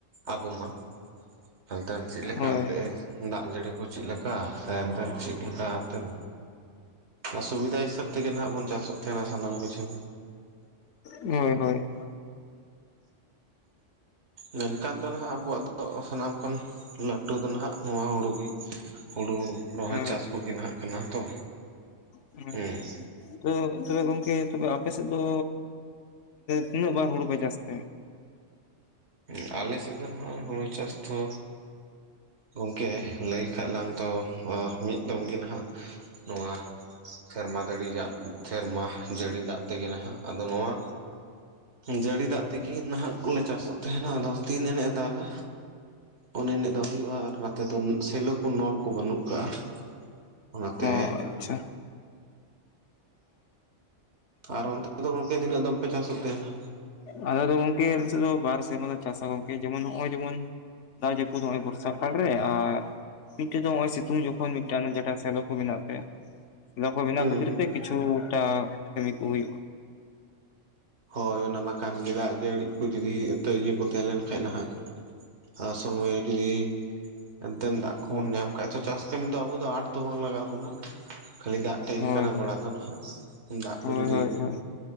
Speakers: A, on the right (about 65°); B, on the left (about 70°).
A: ᱟᱵᱚ ᱢᱟ᱾ ᱦᱟᱱᱛᱮ ᱪᱮᱫᱞᱮᱠᱟ
B: ᱦᱳᱭ
A: ᱮᱱᱛᱮᱜ ᱮ ᱫᱟᱜ ᱡᱟᱹᱲᱤ ᱠᱚ ᱪᱮᱫ ᱞᱮᱠᱟ? ᱠᱟ ᱛᱟᱭᱚᱢ ᱛᱮᱱ ᱪᱮᱫᱠᱟ ᱛᱟᱱ ᱚᱥᱩᱵᱤᱫᱟ ᱦᱤᱥᱟᱹᱵ ᱛᱮᱜᱮ ᱟᱱᱦᱜ ᱵᱚᱱ ᱪᱟᱥᱚᱜ ᱛᱟᱸᱦᱮᱦᱱᱟ ᱥᱟᱱᱟᱢ ᱠᱤᱪᱷᱩ᱾
B: ᱦᱳᱭ ᱦᱳᱭ᱾
A: ᱢᱮᱱᱠᱷᱟᱱ ᱫᱚ ᱱᱟᱦᱜ ᱟᱵᱚᱣᱟᱜ ᱫᱚ ᱥᱟᱱᱟᱢ ᱠᱷᱚᱱ ᱞᱟᱹᱴᱩ ᱫᱚ ᱱᱟᱦᱟᱜ ᱱᱚᱣᱟ ᱦᱩᱲᱩ ᱜᱮ᱾ ᱦᱩᱲᱩ ᱨᱚᱦᱚᱭ
B: ᱦᱳᱭ
A: ᱪᱟᱥ ᱠᱚᱜᱮ ᱞᱟᱦᱟᱜ ᱠᱟᱱᱟ ᱛᱚ?
B: ᱦᱳᱭ ᱦᱳᱭ᱾
A: ᱦᱮᱸ
B: ᱛᱚ ᱛᱚᱵᱮ ᱜᱚᱝᱠᱮ ᱛᱚᱵᱮ ᱟᱯᱮ ᱥᱮᱫ ᱫᱚ ᱛᱤᱱᱟᱹᱜ ᱵᱟᱨ ᱦᱩᱲᱩ ᱯᱮ ᱪᱟᱥ ᱛᱮ?
A: ᱩᱸ ᱟᱞᱮ ᱥᱮᱫ ᱫᱚ ᱦᱟᱸ ᱦᱩᱲᱩ ᱪᱟᱥ ᱫᱚ ᱜᱚᱝᱠᱮ ᱞᱟᱹᱭ ᱠᱷᱟᱡ ᱞᱟᱝ ᱛᱚ ᱢᱤᱫ ᱫᱚᱢ ᱜᱮ ᱱᱟᱦᱟᱜ ᱱᱚᱣᱟ ᱥᱮᱨᱢᱟ ᱫᱟᱹᱲᱤ ᱡᱟᱜ ᱥᱮᱨᱢᱟ ᱡᱟᱹᱲᱤ ᱫᱟᱜ ᱛᱮᱜᱮ ᱱᱟᱦᱟᱜ, ᱟᱫᱚ ᱱᱚᱣᱟ ᱡᱟᱹᱲᱤ ᱫᱟᱜ ᱛᱮᱜᱮ ᱱᱟᱦᱟᱜ ᱠᱚᱞᱮ ᱪᱟᱥᱚᱜ ᱛᱟᱦᱮᱱᱟ, ᱟᱫᱚ ᱛᱤᱱ ᱮᱱᱮᱜᱼᱮ ᱫᱟᱜᱟ ᱚᱱᱮ ᱮᱱᱮ ᱫᱟᱜ ᱠᱚ ᱦᱳᱭᱳᱜᱼᱟ ᱟᱨ ᱱᱟᱛᱮ ᱫᱚ ᱥᱮᱞᱚ ᱠᱚ ᱱᱚᱞ ᱠᱚ ᱵᱟᱹᱱᱩᱜ ᱠᱟᱜᱼᱟ᱾ ᱚᱱᱟᱛᱮ
B: ᱚ ᱟᱪᱪᱷᱟ
A: ᱟᱨ ᱚᱱᱛᱮ ᱫᱚ ᱜᱚᱝᱠᱮ ᱛᱤᱱᱟᱹᱜ ᱫᱟᱢ ᱯᱮ ᱪᱟᱥᱚᱜ ᱛᱟᱦᱮᱱᱟ?
B: ᱟᱞ ᱫᱚ ᱜᱚᱝᱠᱮ ᱵᱤᱥᱤ ᱫᱚ ᱵᱟᱨ ᱥᱮᱢᱟ ᱞᱮ ᱪᱟᱥᱟ, ᱜᱚᱝᱠᱮ ᱡᱮᱢᱚᱱ ᱱᱚᱜᱼᱚᱭ ᱡᱮᱢᱚᱱ ᱫᱟᱜ ᱡᱟ. ᱯᱩᱫ ᱱᱚᱭ ᱵᱚᱨᱥᱟ ᱠᱟᱲ ᱨᱮ ᱟᱨ ᱢᱤᱫᱴᱮᱡ ᱫᱚ ᱱᱚᱜᱼᱚᱭ ᱥᱤᱛᱩᱝ ᱡᱚᱠᱷᱚᱱ ᱢᱤᱫᱴᱟᱱ ᱡᱟᱰᱟ ᱥᱮᱞᱳ ᱠᱚ ᱢᱮᱱᱟᱜ ᱛᱟᱭᱟ᱾ ᱚᱱᱟ ᱠᱚ ᱢᱮᱱᱟᱜ
A: ᱦᱩᱸ
B: ᱠᱷᱟᱹᱛᱤᱨ
A: ᱦᱩᱸ
B: ᱛᱮ ᱠᱤᱪᱷᱩᱴᱟ ᱠᱟᱹᱢᱤ ᱠᱚ ᱦᱩᱭᱩᱜᱼᱟ᱾
A: ᱦᱳᱭ ᱚᱱᱟ ᱵᱟᱠᱷᱟᱱ ᱜᱮ ᱫᱟᱜ ᱡᱟᱹᱲᱤ ᱠᱚ ᱠᱷᱩᱡᱞᱤ ᱮᱛ ᱤᱭᱟᱹ ᱠᱚ ᱛᱟᱦᱮᱸ ᱞᱮᱱᱠᱟᱸᱡ ᱱᱟᱸᱦᱟᱜ᱾ ᱟᱨ ᱥᱚᱢᱚᱭ ᱜᱤᱞᱤ ᱮᱱᱛᱮᱢ ᱫᱟᱜ ᱠᱚᱵᱚᱱ ᱧᱟᱢ ᱠᱷᱟᱡ ᱛᱚ ᱪᱟᱥ ᱠᱟᱹᱢᱤ ᱫᱚ ᱟᱵᱚ ᱫᱚ ᱟᱴ ᱫᱚ ᱵᱟᱝ ᱞᱟᱜᱟᱣ ᱵᱚᱱᱟ᱾ ᱠᱷᱟᱹᱞᱤ ᱫᱟᱜ ᱴᱮᱡ
B: ᱦᱳᱭ
A: ᱜᱮ ᱠᱟᱱᱟ ᱜᱚᱲᱟ ᱫᱚ ᱱᱟᱸᱦᱟᱜ ᱫᱟᱜ ᱠᱚ
B: ᱦᱳᱭ
A: ᱡᱩᱫᱤ
B: ᱦᱳᱭ ᱦᱳᱭ